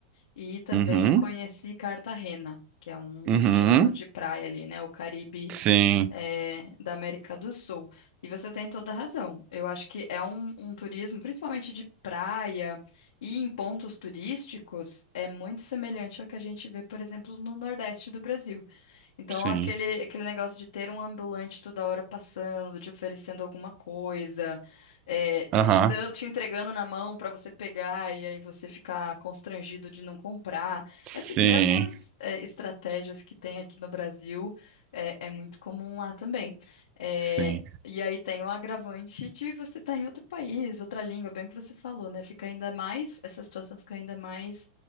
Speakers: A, on the left (about 85°); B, on the right (about 25°).
A: e também
B: Uhum,
A: conheci Cartagena, que é um
B: uhum,
A: destino de praia ali, né? O Caribe
B: sim,
A: é, da América do Sul. E você tem toda a razão. Eu acho que é um, um turismo, principalmente de praia e em pontos turísticos, é muito semelhante ao que a gente vê, por exemplo, no Nordeste do Brasil. Então,
B: sim.
A: aquele, aquele negócio de ter um ambulante toda hora passando, te oferecendo alguma coisa, é,
B: Aham.
A: te dando, te entregando na mão para você pegar e aí você ficar constrangido de não comprar. Essas
B: Sim,
A: mesmas, é, estratégias que tem aqui no Brasil, é, é muito comum lá também. É,
B: sim.
A: e aí tem o agravante de você estar em outro país, outra língua, bem o que você falou, né? Fica ainda mais, essa situação fica ainda mais